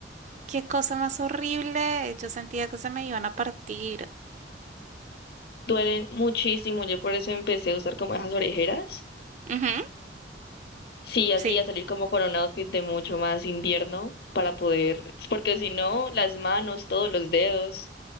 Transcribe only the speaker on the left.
duelen muchísimo, yo por eso empecé a usar como esas orejeras
Sí, así
a salir como con un outfit de mucho más invierno para poder, porque si no, las manos, todos los dedos,